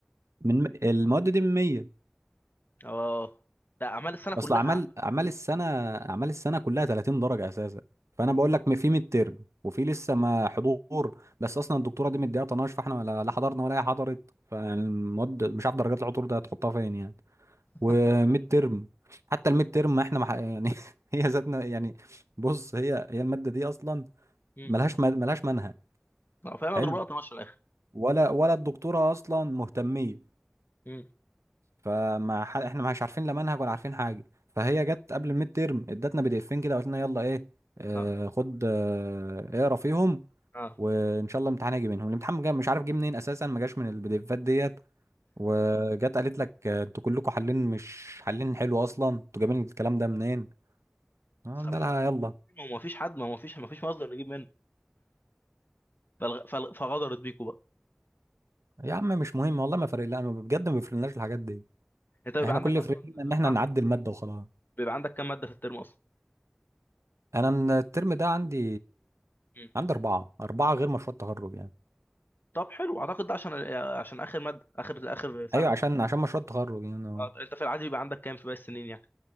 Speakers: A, on the right; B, on the left.
A: من المواد دي من 100
B: اه ده اعمال السنه كلها
A: اصل اعمال
B: على-
A: اعمال السنه اعمال السنه كلها 30 درجه اساسا فانا بقول لك في ميد ترم وفي لسه ما حضور بس اصلا الدكتوره دي مديها طناش فاحنا لا لا حضرنا ولا هي حضرت فالمواد مش عارف درجات العطور ده هتحطها فين يعني وميد
B: <laughs>
A: ترم حتى الميد ترم ما احنا ما ح- يعني <laughs> هي ذاتنا يعني بص هي هي الماده دي اصلا
B: مم.
A: ملهاش مل- ملهاش منهج
B: لا فاهم اضرب
A: حلو
B: لها 12 في الاخر
A: ولا ولا الدكتوره اصلا مهتميه
B: مم.
A: فما ح... احنا مش عارفين لا منهج ولا عارفين حاجه فهي جت قبل الميد تيرم ادتنا بي دي افين كده قلت لنا يلا ايه آه
B: اه ده اللي
A: خد
B: يجي من الامتحان
A: آه اقرا فيهم
B: اه
A: وان شاء الله امتحان هيجي منهم الامتحان جا مش عارف جه منين اساسا ما جاش من البي دي افات ديت وجت
B: الغد
A: قالت لك آه، انتوا كلكم حالين مش حالين حلو اصلا انتوا جايبين الكلام ده منين قلنا
B: طب ما
A: لها
B: هو
A: يلا
B: ما هو مفيش حد ما هو مفيش ما فيش مصدر نجيب منه فالغ- فال- فغدرت بيكوا بقى
A: يا عم مش مهم والله ما فارق لا ما- بجد ما بيفرقناش الحاجات دي
B: انت بيبقى
A: احنا
B: عندك
A: كل اللي
B: اصلا
A: فرقنا ان
B: بيبقى
A: احنا نعدي
B: عندك
A: الماده وخلاص
B: بيبقى عندك كام ماده في الترم اصلا
A: انا الترم ده عندي
B: مم.
A: عندي أربعة أربعة غير مشروع التخرج يعني
B: طب حلو اعتقد ده عشان عشان اخر ماده اخر اخر سنه
A: ايوه
B: او
A: عشان عشان مشروع التخرج يعني آه.
B: اه انت في العادي بيبقى عندك كام في باقي السنين يعني